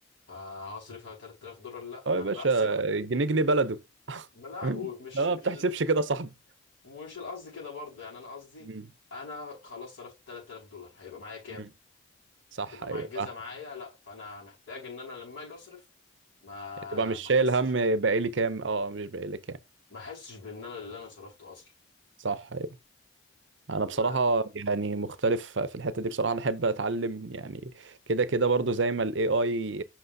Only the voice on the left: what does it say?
فهصرف على 3000 دولار لا
انا
بحسب
لا
ومش
مش
مش القصد كده برضه يعني انا قصدي
انا خلاص صرفت 3000 دولار هيبقى معايا كام
هتبقى
معجزه
معايا لا فانا محتاج ان انا لما اجي اصرف ما
ما
احسش
ما احسش بان انا اللي انا صرفته اصلا
و...